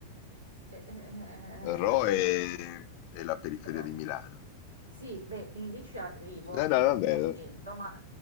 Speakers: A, on the right (about 75°); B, on the left (about 45°).
A: Eh, eh, eh,
B: Ro
A: eh, eh, sì,
B: è è la periferia
A: però...
B: di Milano.
A: Sì, beh, fin lì ci arrivo,
B: No,
A: senti
B: no, vabbè.
A: il mio accento, ma,